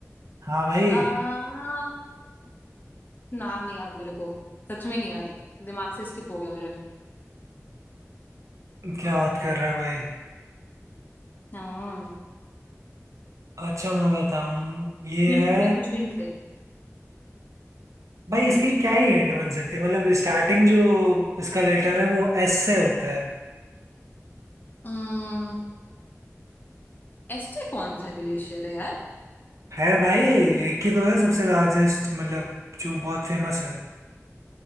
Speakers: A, on the right; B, on the left.
A: हाँ भाई
B: आ, नाम नहीं याद मेरे को सच में नहीं याद दिमाग से स्किप हो गया मेरे
A: क्या बात कर रहे हो भाई
B: हाँ,
A: अच्छा मैं बताऊं ये
B: हिंट
A: है
B: दे कुछ हिंट दे
A: भाई इसकी क्या ही हिंट बन सकती है मतलब स्टार्टिंग जो इसका लेटर है वो एस से होता है
B: अम्म एस्टे कौन सा ग्लेशियर है यार
A: है भाई एक ही तो है सबसे लार्जेस्ट मतलब जो बहुत फेमस है